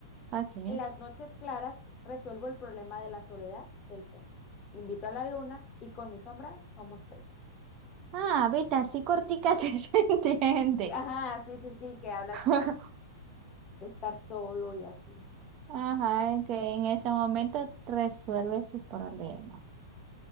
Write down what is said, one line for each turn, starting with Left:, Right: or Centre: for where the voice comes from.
Right: Ok.
Left: En las noches claras resuelvo el problema de la soledad del ser. Invito a la luna y con mi sombra somos tres.
Right: Ah, viste, así cortica sí se <laughs> entiende.
Left: Ajá, sí, sí, sí, que habla
Right: <laughs>
Left: así como de estar solo y así.
Right: Ajá, es que en ese momento resuelve sus problemas.